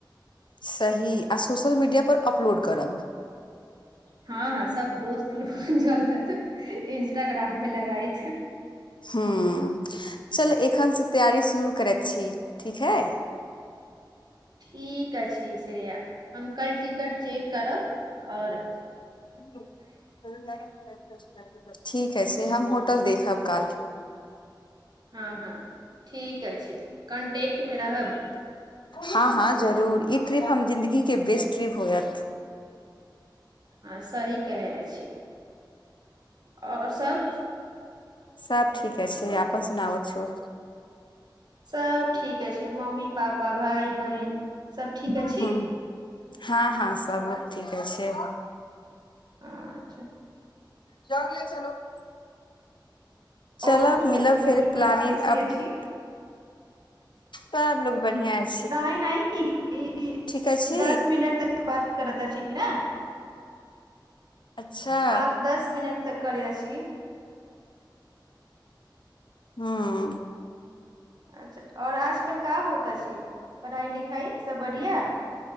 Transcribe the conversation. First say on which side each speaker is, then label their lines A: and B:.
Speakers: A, on the left; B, on the right.
A: सही आ सोशल मीडिया पर अपलोड करब
B: हँ सब दोस्त जलत इंस्टाग्राम पे लगाइत
A: ह चल एखन से तैयारी शुरू करैत छी ठीक है <inaudible>
B: ठीक अछि श्रेया हम कल टिकट चेक करब ओर
A: <inaudible> ठीक है से हम होटल देखब काल
B: हँ हँ ठीक अछि कॉन्टेकक्ट मे रहब
A: हँ हँ जरूर ई ट्रिप हम जिंन्दगी के बेस्ट ट्रिप होयत
B: आँ सही कहै अछि ओर सब
A: सब ठीके छै आपन सुनावो छू
B: सब ठीके छै मम्मी पापा भाइ बहिन सब ठीके छै
A: ह् हँ हँ सब लोक ठीके छैय
B: आच्छा
A: <unintelligible> चलो चल
B: आओर छोटकी
A: मिलब
B: बबुलिया
A: फेर प्लानिंग
B: कैसी
A: अपडे
B: अछि
A: सब लोग बढ़िया ऐछ
B: नाहि नहि ई
A: अछि
B: दस मिनट तक बात करता अछि न
A: अच्छा
B: बात दस मिनट तक करै अछि
A: हूँ
B: अच्छा और आजकल का होता अछि पढ़ाई लिखाई सब बढ़िया